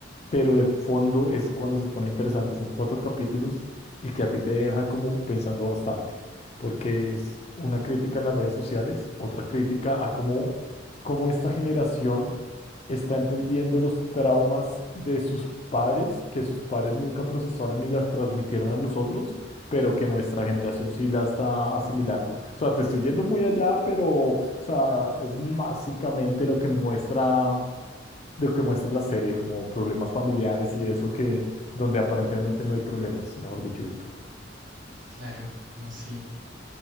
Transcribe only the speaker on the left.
pero de fondo es cuando se pone interesante. Son cuatro capítulos y que a ti te deja como pensando bastante, porque es una crítica a las redes sociales, otra crítica a cómo, cómo esta generación está entendiendo los traumas de sus padres, que sus padres nunca procesaron y las transmitieron a nosotros pero que nuestra generación sí la está asimilando. O sea, te estoy yendo muy allá, pero, o sea, es básicamente lo que muestra, lo que muestra la serie, como problemas familiares y eso que, donde aparentemente no hay problemas, mejor dicho, Víctor.